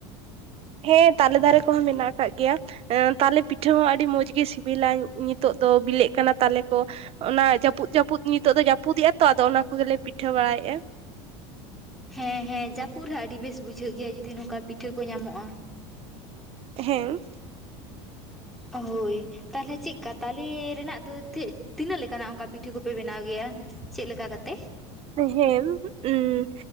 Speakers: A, on the right (about 45°); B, in the centre.
A: ᱦᱮᱸ ᱛᱟᱞᱮ ᱫᱟᱨᱮ ᱠᱚᱦᱚᱸ ᱢᱮᱱᱟᱜ ᱟᱠᱟᱫ ᱜᱮᱭᱟ ᱾ ᱮᱱ ᱛᱟᱞᱮ ᱯᱤᱴᱷᱟᱹ ᱦᱚᱸ ᱟᱹᱰᱤ ᱢᱚᱸᱡᱽ ᱜᱮ ᱥᱤᱵᱤᱞᱟ ᱱᱤᱛᱚᱜ ᱫᱚ ᱵᱤᱞᱤᱜ ᱠᱟᱱᱟ ᱛᱟᱞᱮ ᱠᱚ ᱾ ᱚᱱᱟ ᱡᱟᱹᱯᱩᱫ ᱡᱟᱹᱯᱤᱫ ᱱᱤᱛᱚᱜ ᱫᱚ ᱡᱟᱹᱯᱩᱫ ᱤᱭᱟ ᱛᱚ ᱟᱫᱚ ᱚᱱᱟ ᱠᱚᱜᱮᱞᱮ ᱯᱤᱴᱷᱟᱹ ᱵᱟᱲᱟᱭ ᱮᱼᱟ ᱾
B: ᱦᱮᱸ ᱦᱮᱸ ᱡᱟᱹᱯᱩᱫ ᱨᱮ ᱟᱹᱰᱤ ᱵᱮᱥ ᱵᱩᱡᱷᱟᱹᱜ ᱜᱮᱭᱟ ᱡᱩᱫᱤ ᱱᱚᱝᱠᱟ ᱯᱤᱴᱷᱟᱹ ᱠᱚ ᱧᱟᱢᱚᱜᱼᱟ ᱾
A: ᱦᱮᱢ
B: ᱦᱳᱭ ᱛᱟᱞᱦᱮ ᱪᱮᱜᱠᱟ ᱛᱟᱞᱮ ᱨᱮᱱᱟᱜ ᱫᱚ ᱛᱷᱮᱛ ᱛᱤᱱᱟᱹᱜ ᱞᱮᱠᱟᱱᱟᱜ ᱚᱱᱠᱟ ᱯᱤᱴᱷᱟᱹ ᱠᱚᱵ ᱯᱮ ᱵᱮᱱᱟᱣ ᱜᱮᱭᱟ ᱪᱮᱫ ᱞᱮᱠᱟ ᱠᱟᱛᱮ?
A: ᱦᱮᱢ ᱩᱸ